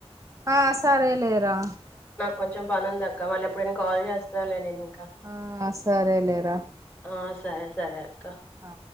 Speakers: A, on the right; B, on the left.
A: ఆ స్ సరేలేరా
B: కొంచెం పనుందక్క మళ్ళీ ఎప్పుడైన కాల్ చేస్తాలే నేను ఇంకా
A: ఆస్ సరేలేరా
B: ఆ సరే సరే అక్క
A: ఆ